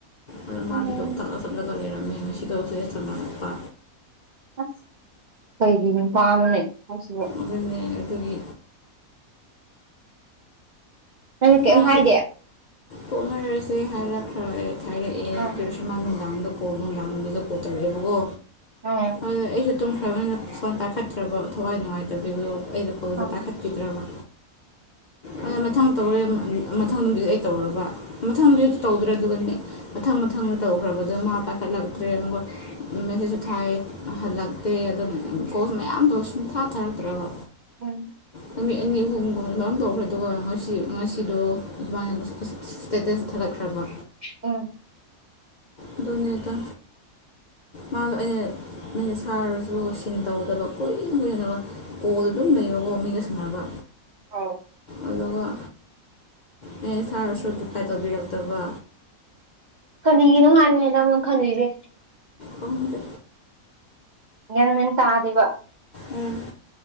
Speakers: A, on the left (about 60°); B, on the right (about 65°).
A: ꯑꯗ
B: ꯎꯝ
A: ꯃꯥꯗꯤ
B: ꯎꯝ
A: ꯗꯣꯛꯇꯔ ꯁꯠꯂꯒ ꯂꯩꯔꯝꯃꯦ ꯉꯁꯤꯗꫭ ꯏꯁꯇꯦꯇꯁ ꯊꯥꯝꯃꯛꯄ
B: ꯑꯁ ꯀꯔꯤ ꯅꯨꯄꯅꫭꯅꯦ ꯍꯥꯏꯁꯤꯕꯨ
A: ꯑꯗꯨꯅꯦ ꯑꯩꯅ ꯑꯗꯨꯒꯤ
B: ꯅꯪꯅ ꯀꯩꯝ
A: ꯃꯥꯁꯨ
B: ꯍꯥꯏꯗꯦ
A: ꯊꯣꯛꯅꯔꯁꯦ ꯍꯥꯏꯔꯛꯈ꯭ꯔ ꯑꯩ ꯍꯥꯏꯔꯛꯑꯦ ꯑꯗꯨ
B: ꯑꯥ
A: ꯑꫭꯏꯁꯨ ꯃꯥ ꯅꯨꯡꯗꯥꯡꯗ ꯀꯣꯜ ꯅꯨꯡꯗꯥꯡꯗꯨꯗ ꯀꯣꯜ ꯇꯧꯔꯛꯑꯦꯕꯀꯣ
B: ꯑꯥ
A: ꯑꯗꯨ ꯑꯩꯁꯨ ꯇꯨꯝꯈ꯭ꯔꯕꯅꯤꯅꯥ ꯐꯣꯟ ꯄꯥꯈꯠꯇ꯭ꯔꯕ ꯊꯋꯥꯏ ꯅꯨꯡꯉꯥꯏꯇꯕꯤꯗꫭ ꯑꯩꯗꯣ ꯐꯣꯜꯗꯣ
B: ꯑꯥ
A: ꯄꯥꯈꯠꯄꯤꯗ꯭ꯔꯕ ꯑꯗ ꯃꯊꯪ ꯇꯧꯔꯦ ꯃꯊꯪ ꯅꯨꯃꯤꯠꯇ ꯑꯩ ꯇꯧꯔꯕ ꯃꯊꯪ ꯅꯨꯃꯤꯠꯇ ꯇꯧꯗ꯭ꯔꯦ ꯑꯗꯨꯒꯗꯤ ꯃꯊꯪ ꯃꯊꯪꯗ ꯇꯧꯈ꯭ꯔꯕꯗꯨ ꯃꯥ ꯄꯥꯏꯈꯠꯂꯛꯇ꯭ꯔꯦ ꯑꯃ ꯃꯁꯤꯁꯨ ꯊꯥꯏ ꯍꯜꯂꯛꯇꯦ ꯑꯗꯨ ꯀꯣꯁ ꯃꯌꯥꯝ ꯁꯨꯡꯊꯥ ꯊꯥꯔꯛꯇ꯭ꯔꯕ
B: ꯎꯝ
A: ꯅꯨꯃꯤꯠ ꯑꯅꯤ ꯑꯍꯨꯝꯒꯨꯝꯕ ꯇꯧꯈ꯭ꯔꯦ ꯑꯗꯨꯒ ꯉꯁꯤ ꯉꯁꯤꯗꯣ ꯑꯗꯨꯃꯥꯏꯅ ꯏꯁꯇꯦꯇꯁ ꯊꯥꯒꯠꯈ꯭ꯔꯕ
B: ꯎꯝ
A: ꯑꯗꯨꯅꯦꯗ ꯃꯗꯣ ꯑꯩꯅ ꯃꯦꯁ ꯊꯥꯔꯁꯨ ꯁꯤꯟ ꯇꯧꯗꯕ ꯀꯨꯏꯅ ꯀꯨꯏꯅ ꯂꯩꯔꯒ ꯀꯣꯜꯗ ꯑꯗꯨꯝ ꯂꯩꯕꯀꯣ ꯃꯤꯒ ꯁꯥꯟꯅꯕ
B: ꯑꯥꯎ
A: ꯑꯗꯨꯒ ꯃꯦꯁ ꯁꯥꯔꯁꯨ ꯔꯤꯐ꯭ꯂꯥꯏ ꯇꯧꯕꯤꯔꯛꯇꯕ
B: ꯀꯔꯤꯒꯤꯅꯣ ꯍꯥꯏꯕꯅꯤꯗ ꯃꫭꯏ ꯈꯟꯂꯤꯁꯦ
A: ꯈꯪꯗꯦ
B: ꯒꯌ꯭ꯥꯟ ꯃꯦꯟ ꯇꯥꯗꯕ
A: ꯎꯝ